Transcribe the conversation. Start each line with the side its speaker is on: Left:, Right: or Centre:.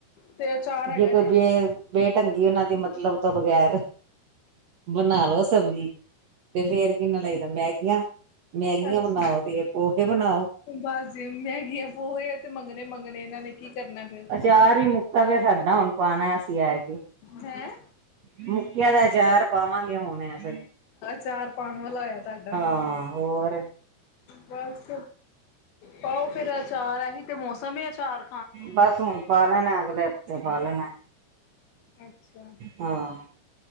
Left: ਤੇ ਅਚਾਰ ਹੈਗਾ
Right: ਕੋਈ
Left: ਜੇ,
Right: ਬੇ ਬੇਢੰਗੀ ਉਹਨਾਂ ਦੀ ਮਤਲਬ ਤੋਂ ਬਗੈਰ ਬਣਾ ਲੋ ਸਬਜ਼ੀ, ਤੇ ਫਿਰ ਕਿੰਨਾ ਲਈਦਾ ਮੈਗੀਆਂ ਮੈਗੀਆਂ
Left: ਅੱਛਾ
Right: ਬਣਾਓ ਤੇ ਪੋਹੇ ਬਣਾਓ,
Left: ਬਸ ਜੀ ਮਹਿਗੀਆਂ ਪੋਹੇ ਆ ਤੇ ਮੰਗਣੇ ਮੰਗਣੇ ਇਹਨਾਂ ਨੇ ਕੀ ਕਰਨਾ, ਫਿਰ
Right: ਅਚਾਰ ਹੀ ਮੁੱਕਾ ਪਿਆ ਸਾਡਾ ਹੁਣ ਪਾਉਣਾ ਅਸੀਂ ਐਰਕੀ ਕੀ,
Left: ਹੈਂ
Right: ਮੁੱਕਿਆਂ ਦਾ ਅਚਾਰ ਪਾਵਾਂਗੇ ਹੁਣ ਐਸ
Left: ਚਾਰ ਪਾਉਣ ਵਾਲਾ ਹੋਇਆ ਤੁਹਾਡਾ,
Right: ਹਾਂ, ਹੋਰ!
Left: ਬਸ ਪਾਓ ਫੇਰ ਆਚਾਰ ਐਹੀ ਤੇ ਮੌਸਮ ਹੀ ਆਚਾਰ,
Right: ਬਸ ਹੁਣ ਪਾ ਲੈਣਾ, ਅਗਲੇ ਹਫ਼ਤੇ ਪਾ ਲੈਣਾ।
Left: ਅੱਛਾ।
Right: ਹਾਂ।